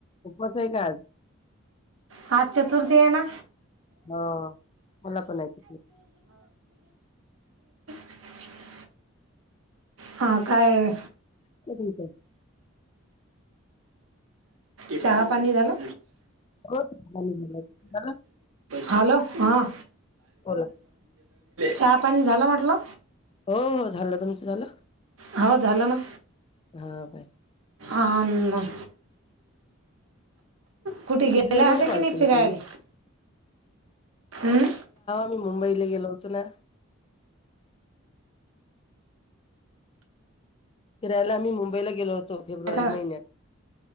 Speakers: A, on the left; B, on the right.
A: उपास आहे काय आज?
B: हा, चतुर्थी ये ना.
A: हो मला पण आहे तिथे.
B: <inaudible> हा काय
A: वाटलं तुमचं
B: चहा पाणी झालं?
A: हो झालं झालं. झालं?
B: हॅलो. हा,
A: बोला
B: चहा पाणी झालं म्हटलं?
A: हो, हो, झालं. तुमचं झालं?
B: हो झालं ना.
A: हा बाई.
B: अन, कुठे
A: किती
B: गेला
A: जणीला
B: होता
A: कॉल
B: कि नाही
A: केले
B: फिरायला?
A: तुम्ही
B: हम्म.
A: मी मुंबईला गेलो होतो ना फिरायला आम्ही मुंबईला गेलो होतो, फेब्रुवारी
B: का
A: महिन्यात.